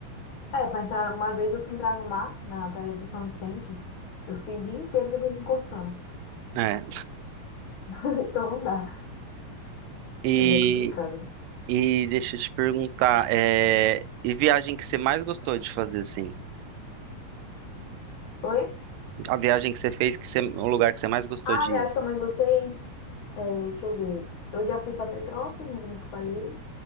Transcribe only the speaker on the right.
É.
E,
e deixa eu te perguntar, é, e viagem que você mais gostou de fazer, assim?
A viagem que você fez, que você, o lugar que você mais gostou
de
ir?